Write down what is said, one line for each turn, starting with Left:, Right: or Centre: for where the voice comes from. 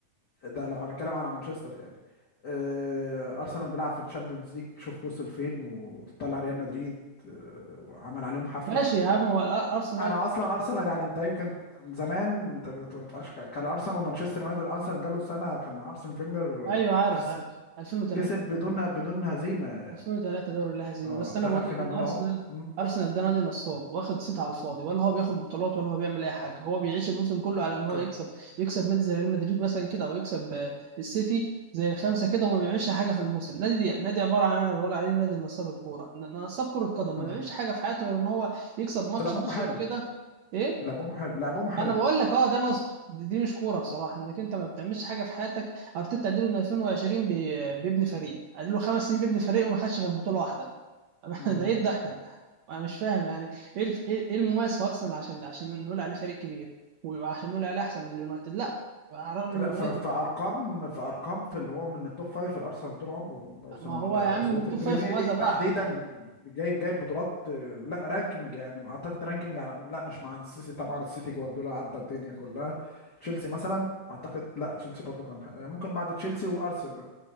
Left: ده لو هنتكلم على مانشستر يعني إيه، ارسنال بيلعب في الشامبيونز ليج شوف وصل فين وطلع ريال مدريد إيه، وعمل عليهم حفله
Right: ماشي يا عم هو الأر- ارسنال
Left: انا اصلا ارسنال يعني انت يمكن زمان انت ما تنفعش كان ارسنال ومانشستر يونايتد ارسنال جاله سنه كان مع ارسن فينجر
Right: ايوه
Left: آه،
Right: عارف
Left: كسب
Right: عارف 2003
Left: كسب بدون بدون هزيمه
Right: وصلوا ثلاثة دوري لا هزيمة
Left: اه
Right: بس
Left: دخل
Right: أنا بقول
Left: فينا
Right: لك إن
Left: جون
Right: أرسنال
Left: اهو مم،
Right: أرسنال ده نادي نصاب واخد صيت على الفاضي ولا هو بياخد بطولات ولا هو بيعمل أي حاجة هو بيعيش الموسم كله على إن هو
Left: كان
Right: يكسب يكسب نادي زي ريال مدريد مثلا كده أو يكسب آه، السيتي زي الخمسة كده وما بيعملش حاجة في الموسم نادي نادي عبارة عن أنا بقول عليه نادي نصاب الكورة ن- نصاب كرة قدم
Left: اه
Right: ما بيعملش حاجة في حياته غير إن هو يكسب ماتش
Left: بس لعبهم
Right: ماتشين
Left: حلو
Right: كده إيه
Left: لعبهم حلو لعبهم حلو
Right: انا بقول لك اه ده نصب دي دي مش كوره بصراحه انك انت ما بتعملش حاجه في حياتك ارتيتا اديله من 2020 بي- بيبني فريق اديله خمس سنين بيبني فريق وما خدش غير بطوله واحده <laughs>
Left: مم.
Right: ده ايه الضحك ده انا مش فاهم يعني ايه الف- ايه إيه المميز في ارسنال عشان ده عشان نقول عليه فريق كبير وعشان نقول عليه احسن من اليونايتد لا على الرغم
Left: لا
Right: ان اليونايتد
Left: ف- فارقام فارقام في اللي هو من التوب فايف الارسنال طول عمره الارسنال
Right: ما هو
Left: لا
Right: يا
Left: الارسنال
Right: عم من
Left: وفي
Right: التوب
Left: البريمير
Right: فايف وماذا
Left: ليج
Right: بعد
Left: تحديدا جايب جايب بطولات لا رانكينج يعني اعتقد رانكينج على- لا مش مع السيسي طبعا السيتي جوارديولا عدى الدنيا كلها تشيلسي مثلا اعتقد لا تشيلسي برضو كان يعني ممكن بعد تشيلسي وارسنال